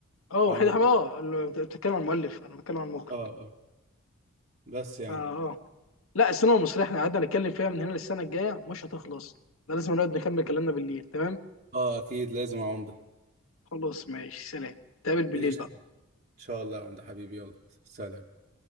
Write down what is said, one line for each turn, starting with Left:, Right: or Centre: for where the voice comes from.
Left: أه وحيد
Right: او اه
Left: حامد أه بتتكلم عن المؤلف أنا بتكلم عن المخرج
Right: آه. بس يعني
Left: آه، آه. لا السينما المصريه احنا قعدنا نتكلم فيها من هنا للسنه الجايه مش هتخلص ده لازم نقعد نكمل كلامنا بالليل تمام
Right: اه اكيد لازم يا عمده
Left: خلاص ماشي سلام تقابل بالليل
Right: ايش
Left: بقى
Right: ان شاء الله يا عمده حبيبي يلا سلام